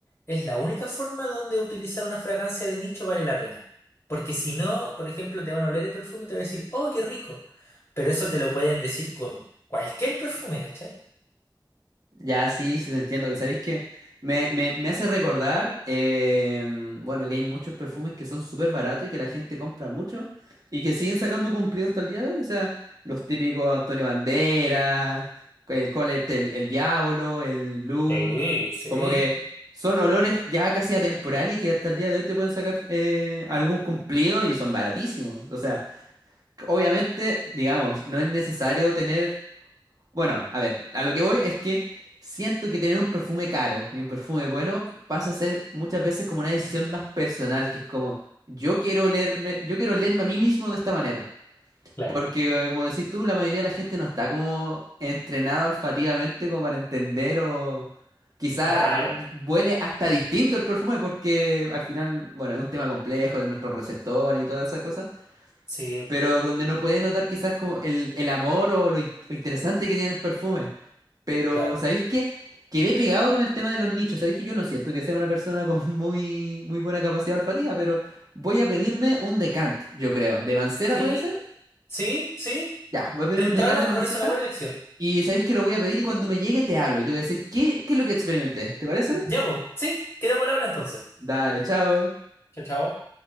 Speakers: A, on the left (about 30°); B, on the right (about 45°).
A: es la única forma donde utilizar una fragancia de nicho vale la pena. Porque si no, por ejemplo, te van a oler el perfume y te van a decir, oh, qué rico. Pero eso te lo pueden decir con cualquier perfume, ¿cachai?
B: Ya, sí, sí te entiendo. Y sabéis que me, me, me hace recordar, em, bueno, que hay muchos perfumes que son súper baratos y que la gente compra mucho y que siguen sacando cumplidos hasta el día de hoy. O sea, los típicos Antonio Banderas, el Colette, el, el Diablo, el Blue,
A: Sí, sí,
B: como que son olores ya casi atemporales y que hasta el día de hoy te pueden sacar eh, algún cumplido y son baratísimos. O sea, obviamente, digamos, no es necesario tener. Bueno, a ver, a lo que voy es que siento que tener un perfume caro y un perfume bueno pasa a ser muchas veces como una decisión más personal, que es como yo quiero olerme, yo quiero olerme a mí mismo de esta manera,
A: claro,
B: porque eh, como decís tú, la mayoría de la gente no está como entrenada olfativamente como para entender o quizá
A: claro,
B: u- huele hasta distinto el perfume porque al final, bueno, es un tema complejo de nuestros receptores y todas esas cosas,
A: sí, po,
B: pero donde no puede notar quizás como el, el amor o lo in- lo interesante que tiene el perfume. Pero,
A: claro.
B: ¿sabéis qué? Quedé pegado con el tema de los nichos. Sabéis que yo no siento que sea una persona con <laughs> muy, muy buena capacidad olfativa, pero voy a pedirme un decant, yo creo. ¿De Mancera
A: Sí,
B: puede ser?
A: sí, sí.
B: Ya, voy
A: De
B: a pedir un
A: entrada
B: decant de
A: me
B: Mancera.
A: parece una buena elección.
B: Y sabéis que lo voy a pedir y cuando me llegue te hablo y te voy a decir qué, qué es lo que experimenté. ¿Te parece?
A: Ya vos, sí, quedamos al habla entonces.
B: Dale, chao.
A: Chao, chao.